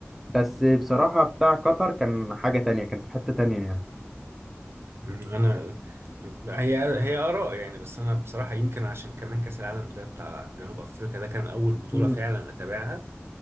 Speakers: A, in the centre; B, on the right.
A: بس بصراحة بتاع قطر كان حاجة تانية كان في حتة تانية يعني
B: مم، انا هي هي اراء يعني بس انا بصراحه يمكن عشان كمان كاس العالم ده بتاع جنوب افريقيا ده كان اول بطوله
A: مم.
B: فعلا اتابعها